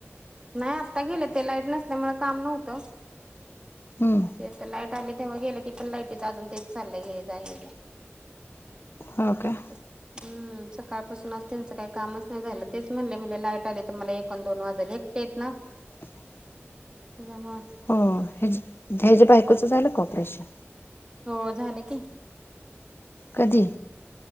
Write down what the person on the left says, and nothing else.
हम्म..
हो का.
<unintelligible>
हो ह्याज ह्याच्या बायकोचं झालं का ऑपरेशन?
कधी?